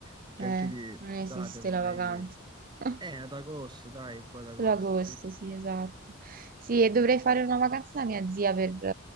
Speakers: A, on the right (about 20°); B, on the right (about 40°).
A: <laughs> che
B: eh,
A: anche di
B: non esiste
A: estate ormai...
B: la vacanza. <laughs>
A: Eh, ad agosto, dai, un po' ad
B: Solo
A: agosto,
B: agosto,
A: sì.
B: sì, esatto. Sì, e dovrei fare una vacanza da mia zia per, eh,